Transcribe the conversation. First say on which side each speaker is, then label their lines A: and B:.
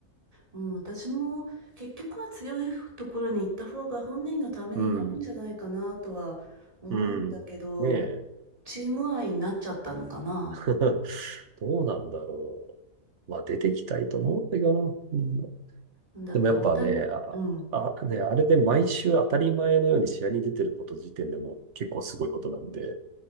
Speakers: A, on the right; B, on the right.
A: うん、私も結局は強いところに行った方が本人のためになるんじゃないかなとは思うんだけど、
B: うん、うん。ねえ、
A: チーム愛になっちゃったのかな。
B: <laughs> どうなんだろう。まあ出てきたいと思うんだけどな。みんな
A: だって大谷、
B: でもやっぱね、あ、
A: うん、
B: あ、ね、あれで毎週当たり前のように試合に出てること時点でもう結構すごいことなんで、